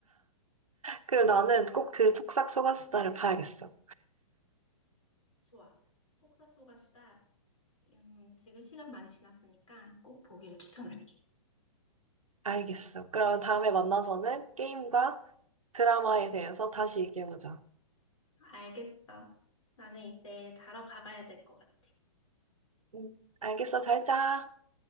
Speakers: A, on the right; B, on the left.
A: 그리고 나는 꼭 그 폭삭 소가수다를 봐야겠어.
B: 좋아. 폭삭 속가수다 음, 지금 시간 많이 지났으니까 꼭 보기를 추천할게.
A: 알겠어. 그러면 다음에 만나서는 게임과 드라마에 대해서 다시 얘기해보자.
B: 알겠어. 나는 이제 자러 가봐야 될 것 같아.
A: 응, 알겠어. 잘 자.